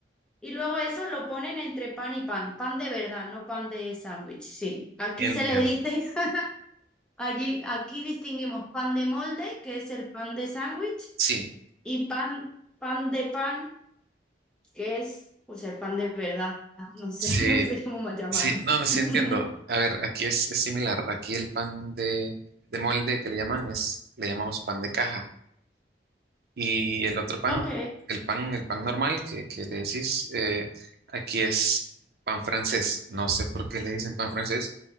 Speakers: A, in the centre; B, on the right.
A: y luego eso lo ponen entre pan y pan, pan de verdad, no pan de sándwich, sí. Aquí
B: entiendo.
A: se le dice, <laughs> allí, aquí distinguimos pan de molde, que es el pan de sándwich,
B: Sí,
A: y pan, pan de pan que es? O sea, pan de verdad. No sé,
B: sí.
A: <laughs> no sé cómo más llamarlo.
B: Sí, no, no, sí
A: <laughs>
B: entiendo. A ver, aquí es, es similar. Aquí el pan de, de molde que le llaman es, le llamamos pan de caja. Y el otro pan,
A: Ok,
B: el pan, el pan normal que, que le decís, eh, aquí es pan francés. No sé por qué le dicen pan francés,